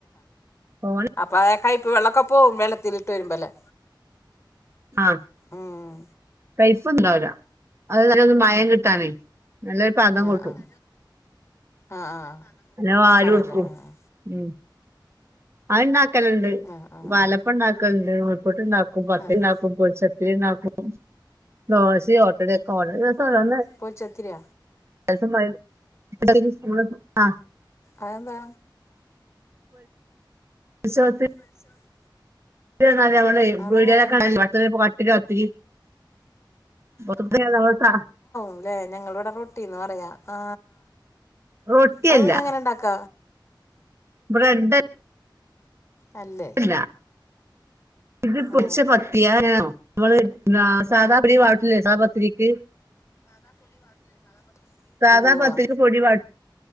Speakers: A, on the right; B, on the left.
A: തോനെ
B: അപ്പൊആ കയ്പ്പ് വെള്ളക്കൊ പോവു വെള്ളത്തിലിട്ട് വരുമ്പല്ലേ?
A: ആഹ
B: ഉം
A: കയ്പ്പ്ണ്ടാവുലാ അഹ്‌ നല്ലൊരു മയം കിട്ടാനേ നല്ല <unintelligible>
B: ആ ആ ആഹ് ആഹ്
A: ഞാൻ വാരിട്ക്കും
B: അതെല്ലേ ആഹ്
A: ഉം അത്ണ്ടാക്കലണ്ട്
B: ആഹ് ആഹ്
A: പാലപ്പണ്ടാക്കലണ്ട്, നൂൽ പുട്ട്ണ്ടാക്കും, പത്തിരിണ്ടാക്കും,
B: ആഹ് ആഹ്
A: പൊരിച്ചത്തിരിണ്ടാക്കും. ദോശേം ഓട്ടടിം ക്കെ <unintelligible> രസാനല്ലേ
B: പൊരിച്ചത്തിരി
A: <unintelligible> ആ <unintelligible>
B: അതെന്താ
A: <unintelligible>
B: <unintelligible>
A: <unintelligible>
B: അതെങ്ങനെയാണ്
A: പീഡിലൊക്കെ <unintelligible> തിരി തിരി വെറുത്താനെ നമ്മൾ താ
B: ല്ലെ ഞങ്ങളിവ്ടെ റൊട്ടിന്ന പറയാ ആ
A: റൊട്ടിയല്ല
B: അത് പിന്നങ്ങനെണ്ടാക്ക?
A: ബ്രെഡ്
B: അല്ലേ?
A: ല്ലാ ഇത്
B: ആഹ്
A: <unintelligible> നമ്മള് ആ സാദാ അരി വാട്ടൂലെ പതിരിക്ക്
B: <unintelligible>
A: സാധാ
B: ഉവ്വാ
A: പത്തിരിക്ക് പൊടി വാറ്റ്